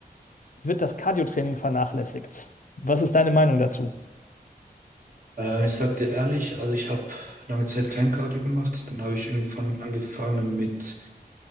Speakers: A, on the left; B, on the right.
A: wird das Cardiotraining vernachlässigt. Was ist deine Meinung dazu?
B: Äh, ich sag dir ehrlich, also ich habe lange Zeit kein Cardio gemacht. Dann habe ich irgendwann angefangen mit